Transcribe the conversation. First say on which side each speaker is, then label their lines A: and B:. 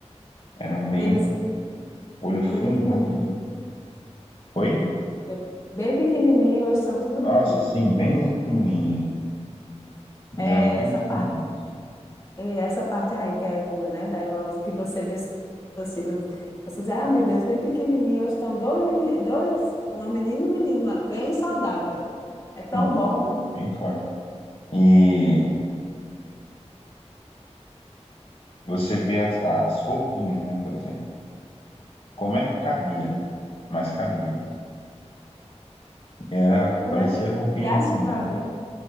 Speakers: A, on the left (about 45°); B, on the left (about 25°).
A: eram bem
B: Eles,
A: olho fundo,
B: bem pequenininho.
A: né? Aquele... Oi?
B: Bem, bem pequenininho, hoje são tudo grandinho.
A: Nossa, sim, bem pequenininho. Eles
B: É
A: eram bem
B: essa
A: fininhos,
B: parte, é essa parte aí que é boa, né? Da evolução, que você vê seus filhos. Você diz, ah, meu Deus, bem pequenininho. Hoje estão dois, meni- dois, uma menina e um menino, bem saudável. É tão
A: sim,
B: bom.
A: bem forte. E você vê as, as roupinhas, né, por exemplo. Como é que cabia? Mas cabia. Era,
B: Como
A: parecia
B: é que.
A: roupinha
B: E as
A: de boneca.
B: fraldas, hein?